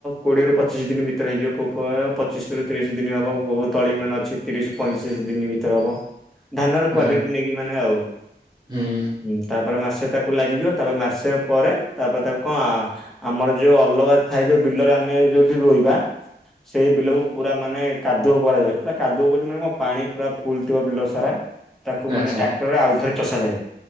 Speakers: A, in the centre; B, on the right.
A: କୋଡିଏରୁୁ ପଚିଶି ଦିନି ଭିତରେ ହେଇଯିବ କୋଉ ପ ପଚିଶ ରୁ ତିରିଶ ଦିନ ହବ ବହୁ ତଳି ମାନେ ଅଛି ତିରିଶ ପଇଁତିଶ ଦିନ ଭିତରେ ହବ। ଧାନର
B: ଆଚ୍ଛା
A: କ୍ଵାଲିଟି ନେଇକି ମାନେ ଆଉ।
B: ହୁଁ।
A: ହୁଁ ତାପରେ ମାସେ ତାକୁ ଲାଗିଯିବ ତାପରେ ମାସେ ପରେ ତାପରେ ତାକୁ କନ ଆମର ଯୋଉ ଅଲଗା ଥାଏ ଯୋଉ ବିଲରେ ଆମେ ଯୋଉଠି ରୋଇବା ସେଇ ବିଲକୁ ପୁରା ମାନେ କାଦୁଅ କରାଯାଏ ପୁରା କାଦୁଅ ବୋଲି ମାନେ କଣ ପାଣି ପୁରା ଫୁଲ ଥିବ ବିଲ ସାରା। ତାକୁ ମାନେ
B: ଆଚ୍ଛା
A: ଟ୍ରାକ୍ଟର ରେ ଆଉଥରେ ଚଷାଯାଏ।